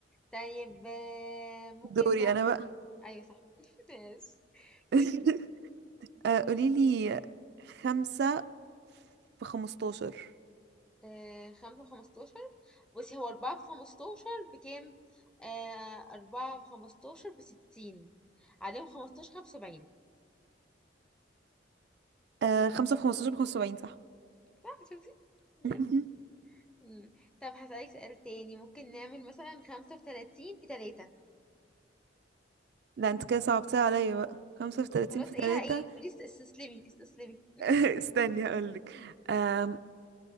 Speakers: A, in the centre; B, on the right (about 60°).
A: طيب آه ممكن
B: دوري
A: نعمل
B: أنا بقى
A: ايوه صح <laughs> ماشي
B: <laughs>
A: قولي
B: آه، قوليلي خمسة في خمستاشر
A: آه خمسة وخمستاشر بصي هو أربعة في خمستاشر بكام؟ آه أربعة في خمستاشر بستين عليهم خمستاشر خمسة وسبعين
B: آه خمسة في خمستاشر بخمسة وسبعين صح
A: صح شفتي؟ يس
B: <laughs>
A: مم. طب هسألك سؤال تاني ممكن نعمل مثلا خمسة في تلاتين في تلاتة
B: لا انت كده صعبتها عليا بقى خمسة في تلاتين
A: خلاص
B: في
A: ايه
B: تلاتة
A: ايه قولي است- استسلمي استسلمي
B: <laughs> استني هقولك آم،